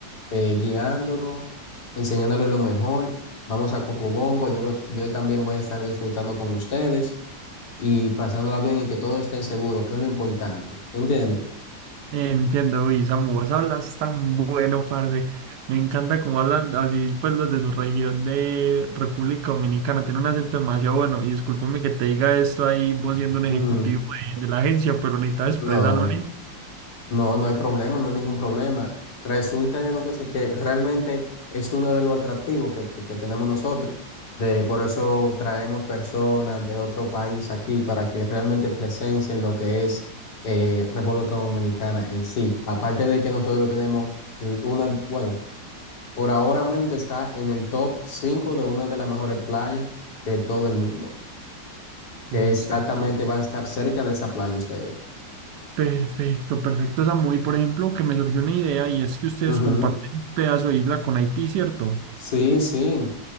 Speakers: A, on the left; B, on the right.
A: eh, guiándolo, enseñándole lo mejor. Vamos a Cocobongo, yo, voy- yo también voy a estar disfrutando con ustedes y pasándola bien y que todo esté seguro, que es lo importante. ¿Me entiendes?
B: Entiendo, uy, Samu, vos hablas tan bueno, parce. Me encanta cómo hablan así, pues los de su región de República Dominicana. Tienen un acento demasiado bueno. Y discúlpame que te diga esto ahí, vos siendo un ejecutivo
A: Ujú.
B: de, de la agencia, pero necesitaba expresarlo.
A: No.
B: li-
A: No, no hay problema, no hay ningún problema. Resulta y acontece que realmente es uno de los atractivos que, que tenemos nosotros. De, por eso traemos personas de otro país aquí para que realmente presencien lo que es eh, República Dominicana en sí. Aparte de que nosotros tenemos l- una, bueno, por ahora mismo está en el top 5 de una de las mejores playas de todo el mundo, que
B: Listo.
A: exactamente van a estar cerca de esa playa ustedes.
B: Perfecto, perfecto, Samu. Y por ejemplo, que me surgió una idea y es que ustedes
A: Ujú.
B: comparten un pedazo de isla con Haití, ¿cierto?
A: Sí, sí.